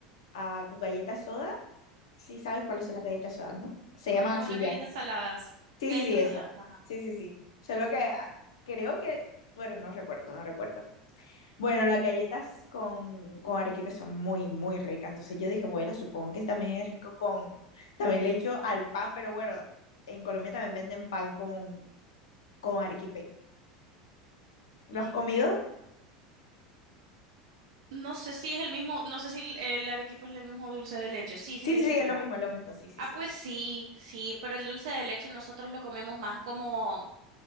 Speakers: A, on the left; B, on the right.
A: ah, con galletas soda. Sí sabes cuáles son las galletas soda, ¿no? Se
B: Como
A: llaman así
B: las galletas
A: ya.
B: saladas.
A: Sí,
B: Galletas
A: sí, sí, eso.
B: saladas, ajá.
A: Sí, sí, sí. Solo que ah, creo que, bueno, no recuerdo, no recuerdo. Bueno, las galletas con, con arequipe son muy, muy ricas. Entonces yo dije, bueno, supongo que también es rico con, también le echo al pan, pero bueno, en Colombia también venden pan con, con arequipe.
B: <laughs>
A: ¿Lo has comido?
B: No sé si es el mismo, no sé si el el arequipe es el mismo dulce de leche. Sí, sí
A: Sí,
B: me dijiste,
A: sí, sí, es lo mismo, es lo mismo, sí, sí,
B: Ah,
A: sí.
B: pues sí, sí, pero el dulce de leche nosotros lo comemos más como,